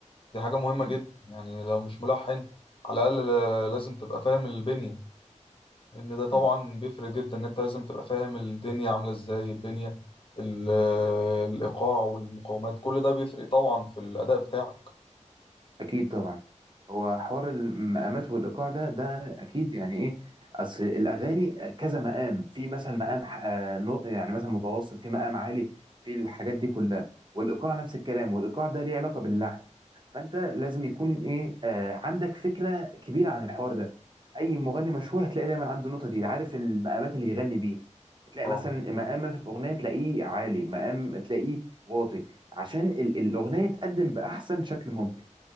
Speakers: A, on the left; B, on the right.
A: دي حاجة مهمة
B: مم.
A: جدا يعني لو مش ملحن على الأقل ل- لازم تبقى فاهم البنية إن ده طبعا
B: مم.
A: بيفرق جدا إن أنت لازم تبقى فاهم الدنيا عاملة إزاي البنية ال- الإيقاع والمقاومات كل ده بيفرق طبعا في الأداء بتاعك
B: اكيد طبعا هو حوار المقامات والايقاع ده ده اكيد يعني ايه اصل الاغاني كذا مقام في مثلا مقام ح- آه، نو- يعني مثلا متوسط في مقام عالي في الحاجات دي كلها والايقاع نفس الكلام والايقاع ده ليه علاقه باللحن فانت لازم يكون ايه آه، عندك فكره كبيره عن الحوار ده اي مغني مشهور هتلاقي دايما عنده النقطه دي عارف المقامات اللي يغني بيها هتلاقي
A: أه
B: مثلا مقام مثلا في اغنيه تلاقيه عالي مقام تلاقيه واطي عشان ال- الاغنيه تقدم باحسن شكل ممكن